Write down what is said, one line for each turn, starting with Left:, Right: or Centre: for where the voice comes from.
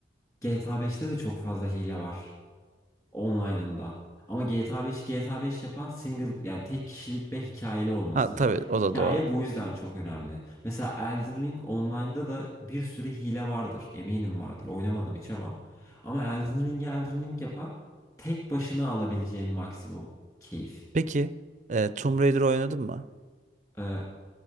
Left: GTA 5'te de çok fazla hile var online'ında. Ama GTA 5'i GTA 5 yapan single yani tek kişilik ve hikayeli olması.
Right: Ha tabii o
Left: Hikaye
Right: da doğru.
Left: bu yüzden çok önemli. Mesela Elden Ring online'da da bir sürü hile vardır. Eminim vardır. Oynamadım hiç ama. Ama Elden Ring'i Elden Ring yapan tek başına alabileceğin maksimum keyif.
Right: Peki e, Tomb Raider oynadın mı?
Left: Ee,